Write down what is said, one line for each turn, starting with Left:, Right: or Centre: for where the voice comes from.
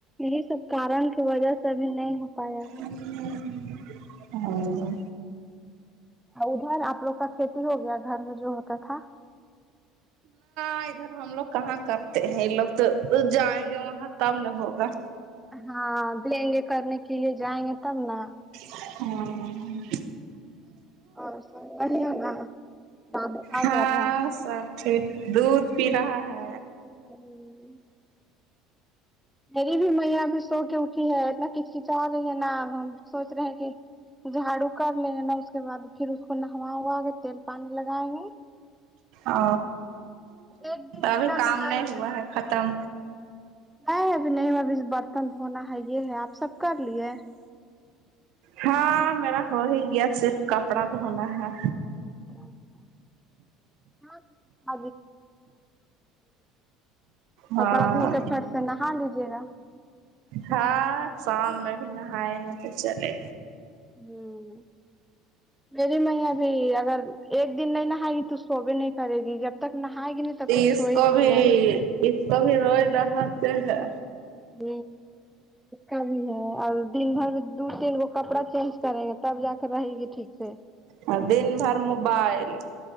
Centre: یہی سب کارن کی وجہ سے ابھی نہیں ہو پارہا ہے
Right: <unintelligible> ہاں
Centre: ادھر آپ لوگ کا کھیتی ہو گیا گھر میں جو ہوتا تھا
Right: ہاں ادھر ہم لوگ کہاں کرتے ہیں یہ لوگ تو جائیں گے وہاں تب نہ ہوگا
Centre: ہاں گے کرنے کے لیے جائی <unintelligible> ں گے تب نہ
Right: ہاں
Centre: اور سب بڑھیا نا رابطہ
Right: ہاں
Centre: کر رہا
Right: سا قب دودھ پی رہا ہے
Centre: <unintelligible> <unintelligible> بھی سو کے اٹھی ہے اتنا کچکچا رہی ہے نہ اب ہم سوچ رہے ہیں کہ جھاڑو کر لیں گے نہ اس کے بعد پھر اس کو نہوا ہوا کے تیل پانی لگائیں گے
Right: ا
Centre: ایک دن
Right: ابھی
Centre: بنا
Right: کام
Centre: نہائے
Right: نہیں ہوا ہے ختم
Centre: ا نہیں ابھی نہیں ابھی برتن دھونا ہے یہ ہے آپ سب کر لئے
Right: ہاں میرا ہو ہی گیا صرف کپڑا دھونا ہے
Centre: <unintelligible> کپڑا
Right: ہاں
Centre: دھو کے پھر سے نہا لیجئے گا
Right: ہاں شام میں بھی نہائے ہیں تو چلے
Centre: ہوں میری مئیا بھی اگر ایک دن نہیں نہائے گی تو سو بھی نہیں کرے گی جب تک نہائے گی نہیں تب تک
Right: اس
Centre: سوئے
Right: کو
Centre: گی
Right: بھی
Centre: نہیں
Right: اس کو بھی روز نہتے ہے
Centre: <unintelligible> اور دن بھر میں دو تین گو کپڑا چینج کریں گے تب جا کے رہے گی ٹھیک سے
Right: ہ دن بھر موبائل